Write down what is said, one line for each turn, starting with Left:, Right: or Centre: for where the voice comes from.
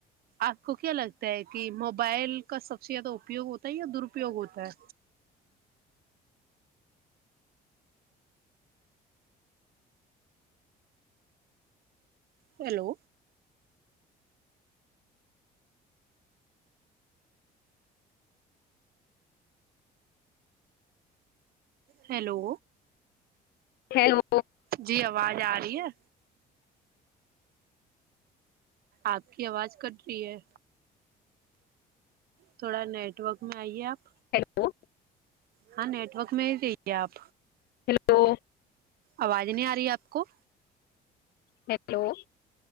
Right: آپ کو کیا لگتا ہے کی موبائل کا سب سے زیادہ اپیوگ ہوتا ہے یا درپیوگ ہوتا ہے ہیلو ہیلو
Left: ہیلو
Right: جی آواز آ رہی ہے آپ کی آواز کٹ رہی ہے تھوڑا نیٹ ورک میں آئیے آپ
Left: ہیلو
Right: ہاں نیٹ ورک میں ہی جائےآپ
Left: ہیلو
Right: آواز نہیں آ رہی ہے آپ کو
Left: ہیلو